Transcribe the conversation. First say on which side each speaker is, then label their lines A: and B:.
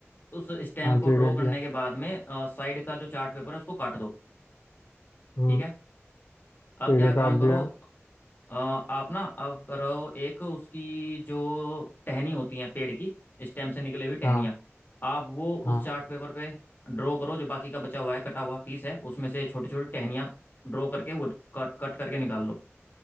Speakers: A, on the left; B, on the left.
A: उस स्टेम
B: हाँ
A: को
B: ठीक
A: ड्रॉ
B: है
A: करने
B: किया
A: के बाद में साइड का जो चार्ट पेपर है उसको काट दो
B: हम्म
A: ठीक है अब
B: ठीक
A: क्या
B: है
A: काम
B: काट
A: करो
B: दिया
A: अ, आप ना अब करो एक उसकी जो टहनी होती है पेड़ की स्टेम से निकली हुई टहनियाँ
B: हाँ
A: आप वो
B: हाँ
A: उस चार्ट पेपर पे ड्रॉ करो जो बाकी का बचा हुआ है कटा हुआ पीस है उसमें से छोटी छोटी टहनियाँ ड्रॉ करके वो कट कट करके निकाल लो